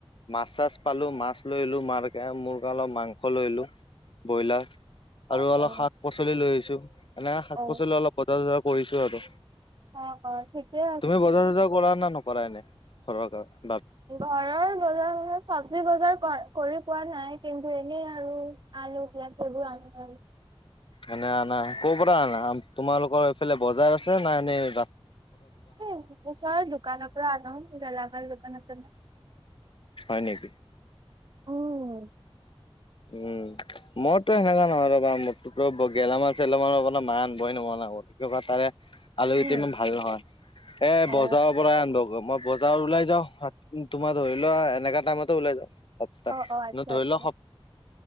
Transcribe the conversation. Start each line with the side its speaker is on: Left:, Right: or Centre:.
Left: মাছ চাছ পালোঁ মাছ লৈলোঁ মা মোৰ কাৰণে অলপ মাংস লৈলোঁ ব্ৰইলাৰ আৰু
Right: অ
Left: অলপ
Right: অ
Left: শাক পাচলি লৈ আহিছো এনে শাক
Right: অ
Left: পাচলি অলপ বজাৰ চজাৰ কৰিছো আৰু
Right: অহ অহ থিকে
Left: তুমি বজাৰ চজাৰ কৰা না নকৰা এনে ঘৰৰ কাৰণে
Right: ঘৰৰ বজাৰ চজাৰ চ চব্জি বজাৰ কৰি পোৱা নাই কিন্তু এনেই আৰু আলু পিঁয়াজ সেইবোৰ আনো আৰু
Left: এনে আনা ক' পৰা আনা তোমালোকৰ এইফালে বজাৰ আছে না এনেই
Right: হে ওচৰ দোকান পৰা আনো গেলামাল দোকান আছে
Left: হয় নেকি
Right: উম
Left: উম মইতো সেনেকা নহয় ৰবা ম গেলামান চেলামানৰপে মা আন ব <unintelligible> ই নম <unintelligible> ন <unintelligible> মোৰ কি তাৰে আলু
Right: উম
Left: কেইটি ইমান ভাল নহয় এ
Right: অ
Left: বজাৰৰ পৰাই আনিব কৰ মই বজাৰ ওলাই যাওঁত তোমাৰ ধৰি লোৱা এনেকা টাইমতে ওলাই যাওঁ সপ্তাহ
Right: অ অ আচ্ছা
Left: ন ধৰি
Right: আচ্ছা
Left: লোৱা স